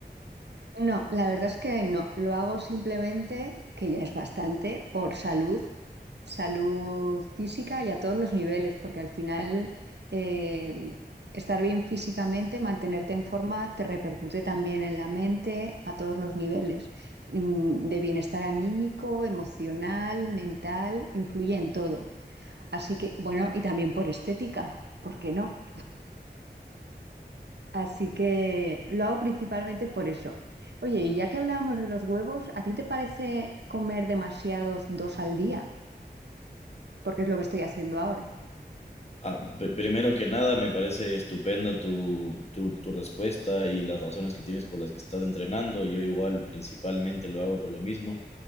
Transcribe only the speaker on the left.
Ah, pr- primero que nada, me parece estupenda tu, tu, tu respuesta y las razones que tienes por las que estás entrenando. Yo igual principalmente lo hago por lo mismo.